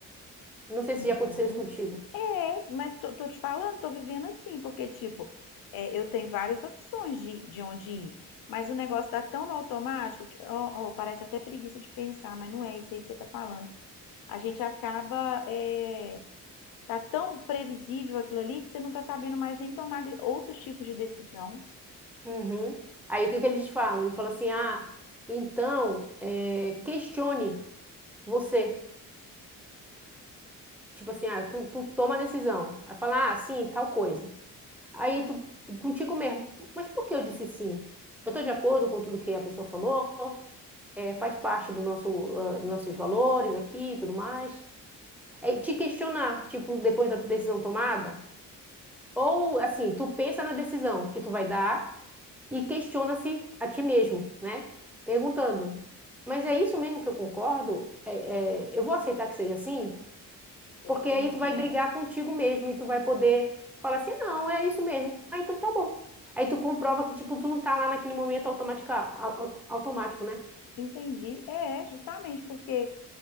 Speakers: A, in the centre; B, on the left.
A: Não sei
B: Uhum.
A: se já aconteceu isso contigo.
B: É, mas tô, tô te falando, tô vivendo assim, porque, tipo, é, eu tenho várias opções de, de onde ir, mas o negócio tá tão no automático que ó, ó, parece até preguiça de pensar, mas não é isso aí que você tá falando. A gente acaba, é, tá tão previsível aquilo ali que você não tá sabendo mais nem tomar de- outros tipos de decisão.
A: Uhum. Aí o que que eles falam? Ele fala assim, ah, então, eh, questione você. Tipo assim, ah, tu, tu toma a decisão. Aí fala, ah, sim, tal coisa. Aí tu, contigo mesmo, mas por que eu disse sim? Eu tô de acordo com tudo que a pessoa falou, É faz parte do nosso, ah, nossos valores aqui e tudo mais. é te questionar, tipo, depois da decisão tomada. Ou, assim, tu pensa na decisão que tu vai dar e questiona-se a ti mesmo, né? Perguntando, mas é isso mesmo que eu concordo? É- é, eu vou aceitar que seja assim?
B: Eu
A: Porque
B: entendi.
A: aí tu vai brigar contigo mesmo e tu vai poder falar assim, não, é isso mesmo. Ah, então tá bom. Aí tu comprova que, tipo, tu não tá lá naquele momento automática, au- au- automático, né?
B: Entendi. É, justamente porque.